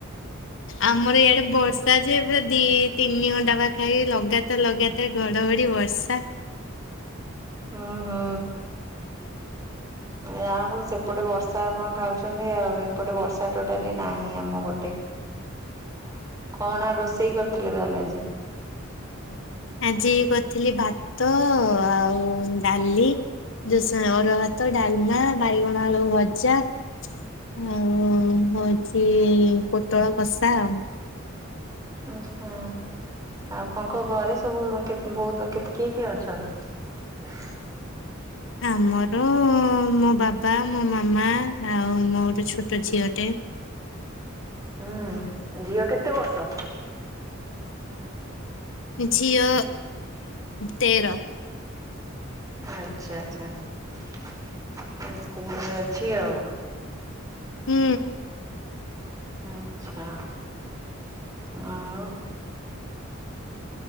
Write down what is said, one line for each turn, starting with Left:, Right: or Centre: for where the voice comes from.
Left: ଆମର ଇଆଡ଼େ ବର୍ଷା ଯେ ଦି ତିନି ଘଣ୍ଟା ପାଖାପାଖି ଲଗାତର ଲଗାତାର ଘଡ଼ଘଡ଼ି ବର୍ଷା
Right: ହଁ ହଁ ଯାହା ହଉ ସେପଟେ ବର୍ଷା ଆପଣ ଖାଉଛନ୍ତି ଆଉ ଏପଟେ ବର୍ଷା ଟୋଟାଲି ନାହିଁ ଆମ ପଟେ କଣ ରୋଷେଇ କରିଥିଲେ ତାହେଲେ ଆଜି
Left: ଆଜି କରିଥିଲି ଭାତ ଆଉ ଡାଲି ଯୋଉ ସେ ଅରୁଆ ଭାତ ଡାଲମା ବାଇଗଣ ଆଳୁ ଭଜା ହୁ ହେଉଛି ପୋଟଳ କଷା ଆଉ
Right: ଆଚ୍ଛା ଆପଣଙ୍କ ଘରେ ସବୁ କେତେ ବହୁତ କେତେ କିଏ କିଏ ଅଛନ୍ତି
Left: ଆମର ମୋ ବାବା ମୋ ମାମା ଆଉ ମୋ ଗୋଟେ ଛୋଟ ଝିଅଟେ
Right: ହୁଁ ଝିଅ କେତେ ବର୍ଷ
Left: ଝିଅ ତେର
Right: ଆଚ୍ଛା ଆଚ୍ଛା ସେ ସ୍କୁଲରେ ଅଛି ଆଉ
Left: ହୁଁ
Right: ଆଚ୍ଛା ଆଉ